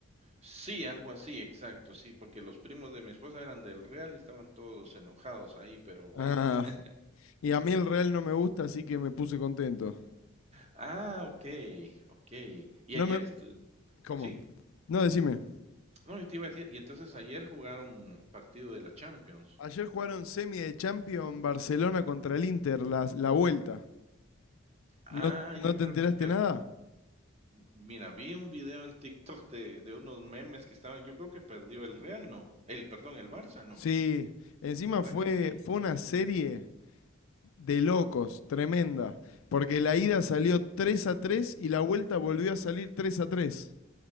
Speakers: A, on the right; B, on the left.
A: Sí, algo así, exacto, sí, porque los primos de mi esposa eran del Real y estaban todos enojados ahí, pero bueno.
B: Ah,
A: <laughs>
B: y a mí el Real no me gusta, así que me puse contento.
A: Ah, ok, ok. Y
B: No
A: ayer
B: me...
A: estu-
B: ¿Cómo?
A: ¿sí?
B: No, decime.
A: No, yo te iba a decir, y entonces ayer jugaron partido de la Champions.
B: Ayer jugaron semi de Champions Barcelona contra el Inter, la, la vuelta.
A: Ah,
B: ¿No, no
A: yo
B: te
A: creo
B: enteraste
A: que per-
B: nada?
A: Mira, vi un video en TikTok de, de unos memes que estaban. Yo creo que perdió el Real, ¿no? El, perdón, el Barça, ¿no?
B: Sí, encima
A: ¿Verdad
B: fue,
A: que sí?
B: fue una serie de locos, tremenda. Porque la ida salió 3 a 3 y la vuelta volvió a salir 3 a tres